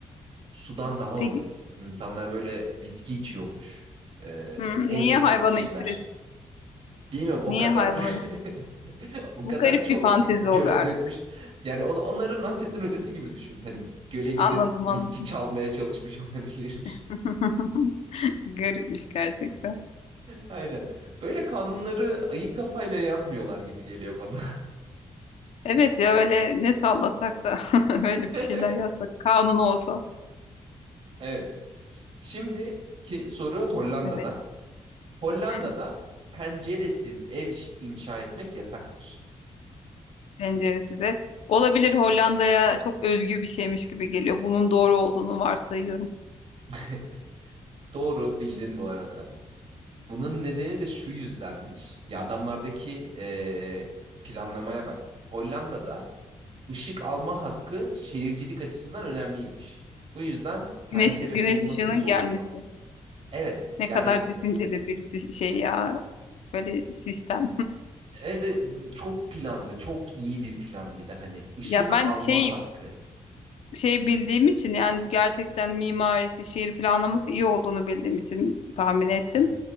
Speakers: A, on the right; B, on the left.
A: Sudan daha
B: Peki,
A: ucuz. İnsanlar böyle viski içiyormuş. Eee,
B: hı, niye
A: en fakir
B: hayvanı
A: kişiler.
B: itir
A: Bilmiyorum o
B: Niye
A: kadar
B: hayvanı?
A: <laughs> o
B: Bu
A: kadar
B: garip
A: çok
B: bir fantezi
A: ki göle
B: oluyor artık.
A: dökmüş. Yani on, onların Nasrettin Hocası gibi düşün. Hani göle gidip
B: Anladım
A: viski
B: anladım.
A: çalmaya çalışmış <laughs> olabilir.
B: <laughs> Garipmiş gerçekten.
A: Aynen. Böyle kanunları ayık kafayla yazmıyorlar gibi geliyor bana.
B: Evet ya öyle ne sallasak da <laughs> öyle
A: <laughs>
B: bir şeyler yazsak kanun olsa.
A: Evet. Şimdiki soru Hollanda'da.
B: Evet.
A: Hollanda'da
B: Hı.
A: penceresiz ev iş- inşa etmek yasaktır.
B: Penceresiz ev. Olabilir Hollanda'ya çok özgü bir şeymiş gibi geliyor. Bunun doğru olduğunu varsayıyorum.
A: <laughs> Doğru bildin bu arada. Bunun nedeni de şu yüzdenmiş. Ya adamlardaki eee, planlamaya bak. Hollanda'da ışık alma hakkı şehircilik açısından önemliymiş. Bu yüzden pencere
B: Güneş, güneş
A: bulunması
B: ışığının
A: zorunlu.
B: gelmesi.
A: Evet,
B: Ne
A: yani
B: kadar düşünceli bir si- şey ya. Böyle sistem.
A: Evet, evet, çok planlı, çok iyi bir plan bir de hani ışık
B: Ya ben
A: alma
B: şey
A: hakkı.
B: şey bildiğim için yani gerçekten mimarisi, şehir planlaması iyi olduğunu bildiğim için tahmin ettim.
A: Hı.